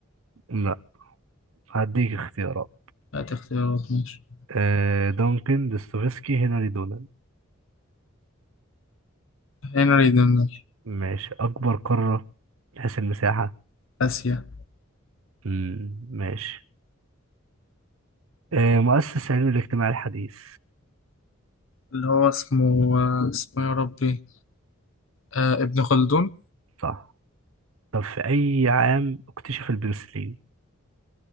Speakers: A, on the right (about 80°); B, on the left (about 70°).
A: لا هديك اختيارات
B: هات اختيارات ماشي
A: آه دونكن دوستويفسكي هنري دونان
B: هنري دونر
A: ماشي أكبر قارة من حيث المساحة
B: آسيا
A: مم. ماشي آه مؤسس علم الاجتماع الحديث
B: اللي هو اسمه اسمه يا ربي آه ابن خلدون
A: صح طب في أي عام اكتشف البنسلين؟